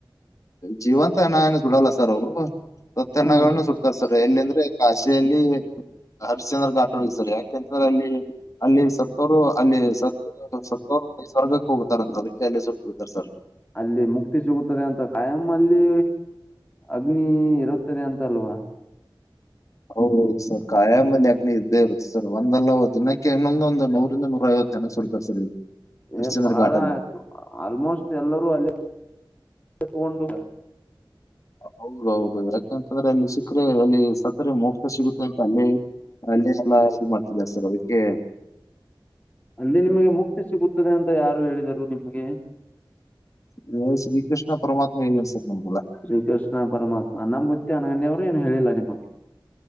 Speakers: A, on the left; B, on the left.
A: ಜೀವಂತ ಅನ್ನನ ಸುಡಲ್ಲ ಸರ್ ಅವರು ಸತ್ತಣನ್ನ
B: ಹ್ಮ್
A: ಸುಡ್ತಾರೆ ಸರ್ ಎಲ್ಲಿಂದ್ರೆ ಕಾಶಲ್ಲಿ ಹರಿಶ್ಚಂದ್ರ ಘಾಟ್ರು ಇದ್ದಾರೆ ಯಾಕೆಂತಂದ್ರೆ ಅಲ್ಲಿ ಅಲ್ಲಿ ಸ್ವ ಸತ್ತವರು ಅಲ್ಲಿ ಸ ಸತ್ತವರುಲ್ಲಿ ಸ್ವರ್ಗಕ್ಕೆ ಹೋಗತಾರ ಅಂತ ಅದಕ್ಕೆ ಅಲ ಹೋಗತಾರೆ ಸರ್
B: ಅಲ್ಲಿ ಮುಕ್ತಿ ಸಿಗುತ್ತದೆ ಅಂತ ಕಾಯಂ ಅಲ್ಲಿ ಅಗ್ನಿ ಇರುತ್ತದೆ ಅಂತ ಅಲ್ವಾ
A: ಹೌದೌದು ಸರ್ ಕಾಯ ಮಲ್ಲಿ ಯಗ್ನ ಇದ್ದೇ ಇರುತ್ತೆ ಸರ್ ಒಂದಲ್ಲ ದಿನಕ್ಕೆ ಇನ್ನೊಂದ ಒಂದು ನೂರಿಂದ ನೂರ ಐವತ್ತು ಚನ್ನ ಸಿಪ ಸರ್ ಹರಿಶ್ಚಂದ್ರ
B: ಏ ಬಹಳ
A: ಘಾಟಲ್ಲಿ
B: ಆಯ್ತು ಆಲ್ಮೋಸ್ಟ್ ಎಲ್ಲರೂ ಅಲ್ಲಿ ತಗೊಂಡು
A: ಹೌದೌದು ಯಾಕೆಂತಂದ್ರೆ ಅಲ್ಲಿ ಸಿಕ್ಕರೆ ಅಲ್ಲಿ ಸತ್ತರೆ ಮೋಕ್ಷ ಸಿಗುತ್ತೆ ಅಂತ ಅಲ್ಲಿ ಅಲ್ಲಿ ಎಲ್ಲ ಇದು ಮಾಡ್ತಿದಿದ್ದಾರೆ ಸರ್ ಅದಕ್ಕೆ
B: ಅಲ್ಲಿ ನಿಮಗೆ ಮುಕ್ತಿ ಸಿಗುತ್ತದೆ ಅಂತ ಯಾರು ಹೇಳಿದರು ನಿಮಗೆ
A: ಇ ಶ್ರೀಕೃಷ್ಣ ಪರಮಾತ್ಮ ಏ ಅನ್ಸಕ್ ನಮ್ಗೆಲ್ಲ
B: ಶ್ರೀಕೃಷ್ಣ ಪರಮಾತ್ಮ ನಮ್ಮ ಮುತ್ತಿ ಅನಗಂಡಿಯವರು ಏನು ಹೇಳಿಲ್ಲ ನಿಮಗೆ